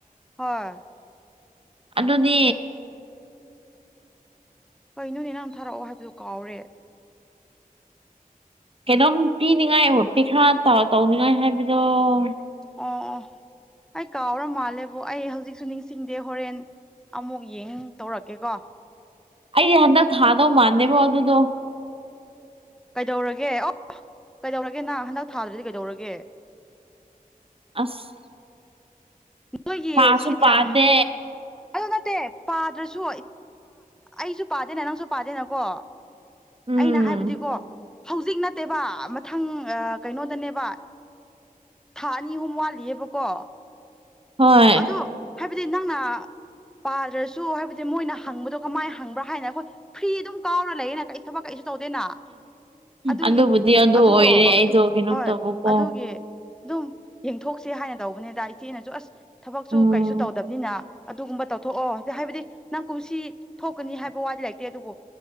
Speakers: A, in the centre; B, on the right.
A: ꯍꯣꯏ
B: ꯑꯗꯨꯅꯦ
A: ꯍꯣꯏ ꯅꯣꯏꯅꯦ ꯅꯪ ꯊꯥꯔꯛꯑꯣ ꯍꯥꯏꯕꯗꯨ ꯀꯥꯎꯔꯦ
B: ꯀꯩꯅꯣꯝ ꯄꯤꯅꯤꯡꯉꯥꯏ ꯄꯤ ꯈꯔ ꯇꯧꯅꯤꯡꯉꯥꯏ ꯍꯥꯏꯕꯗꯣ <unintelligible>
A: ꯑꯣ ꯑꯣ ꯑꯩ ꯀꯥꯎꯔ ꯃꯥꯜꯂꯦꯕꯨ ꯑꯩ ꯍꯧꯖꯤꯛꯁꯨ ꯅꯤꯡꯁꯤꯡꯗꯦ ꯍꯣꯔꯦꯟ ꯑꯃꯨꯛ ꯌꯦꯡ ꯇꯧꯔꯛꯀꯦꯀꯣ
B: ꯑ ꯍꯟꯗꯛ ꯊꯗꯣ ꯃꯥꯥꯟꯦꯕꯥꯎ ꯑꯗꯨꯗꯨꯣ
A: ꯀꯩꯗꯧꯔꯒꯦ ꯑꯣ ꯀꯩꯗꯧꯔꯒꯦ ꯅ ꯍꯟꯗꯛ ꯊꯥꯗꯨꯗꯤ ꯀꯩꯗꯧꯔꯒꯦ
B: ꯑꯁ
A: ꯅꯈꯣꯏꯒꯤ
B: ꯄꯥꯁꯨ
A: ꯁꯤꯠ
B: ꯄꯥꯗꯦ
A: ꯌꯥꯝ ꯍꯥ ꯑꯗꯨ ꯅꯠꯇꯦ ꯄꯥꯗ꯭ꯔꯁꯨ ꯑꯩꯁꯨ ꯄꯥꯗꯦꯅꯦ ꯅꯪꯁꯨ ꯄꯥꯗꯦꯅꯀꯣ
B: ꯎꯝ
A: ꯑꯩꯅ ꯍꯥꯏꯕꯗꯤꯀꯣ ꯍꯧꯖꯤꯛ ꯅꯠꯇꯦꯕ ꯃꯊꯪ ꯀꯩꯅꯣꯗꯅꯦꯕ ꯊꯥ ꯑꯅꯤ ꯑꯍꯨꯝ ꯋꯥꯠꯂꯤꯑꯕꯀꯣ
B: ꯍꯣꯏ
A: ꯑꯗꯣ ꯍꯥꯏꯕꯗꯤ ꯅꯪꯅ ꯄꯥꯗ꯭ꯔꯁꯨ ꯍꯥꯏꯕꯗꯤ ꯃꯣꯏꯅ ꯍꯪꯕꯗꯣ ꯀꯃꯥꯏꯅ ꯍꯪꯕ꯭ꯔꯥ ꯍꯥꯏꯅ ꯑꯩꯈꯣꯏ ꯐ꯭ꯔꯤ ꯑꯗꯨꯝ ꯀꯥꯎꯅ ꯂꯩꯌꯦꯅ ꯀ ꯊꯕꯛ ꯀꯩ ꯇꯧꯗꯦꯅ ꯑꯗꯨꯒꯤ
B: ꯑꯗꯨꯕꯨꯗꯤ ꯑꯗꯨ
A: ꯑꯣ
B: ꯑꯣꯏꯔꯦ ꯑꯩꯗꯣ
A: ꯑꯗꯨꯝ
B: ꯀꯩꯅꯣꯝ
A: ꯍꯣꯏ
B: ꯇꯧꯕꯀꯣ
A: ꯑꯗꯨꯒꯤ ꯑꯗꯨꯝ ꯌꯦꯡꯊꯣꯛꯁꯦ ꯍꯥꯏꯅ ꯇꯧꯕꯅꯤꯗ ꯏꯆꯦꯅꯁꯨ ꯑꯁ ꯊꯕꯛꯁꯨ
B: ꯎꯝ
A: ꯀꯩꯁꯨ ꯇꯧꯗꯕꯅꯤꯅ ꯑꯗꯨꯒꯨꯝꯕ ꯇꯧꯊꯣꯛꯑꯣ ꯍꯥꯏꯕꯗꯤ ꯅꯪ ꯀꯨꯝꯁꯤ ꯊꯣꯛꯀꯅꯤ ꯍꯥꯏꯕ ꯋꯥꯗꯤ ꯂꯩꯇꯦ ꯑꯗꯨꯕꯨ